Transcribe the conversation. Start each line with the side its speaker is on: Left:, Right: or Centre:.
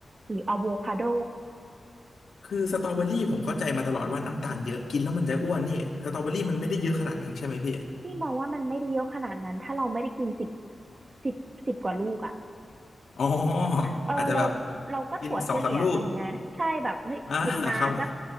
Right: หรืออะโวคาโด
Left: คือสตรอเบอรี่ผมเข้าใจมาตลอดว่าน้ำตาลเยอะกินแล้วมันจะอ้วนนี่สตรอเบอรี่มันไม่ได้เยอะขนาดนั้นใช่ไหมพี่
Right: ที่มองว่ามันไม่ได้เยอะขนาดนั้นถ้าเราไม่ได้กินสิบสิบสิบกว่าลูกอะ
Left: อ๋อ
Right: เออเรา
Left: อาจจะแบบ
Right: เราก็ถั่วเฉลี่ยกันไงใช่แบบเฮ้ยหยิบมาสัก
Left: กินสองสามลูกอ่าครับ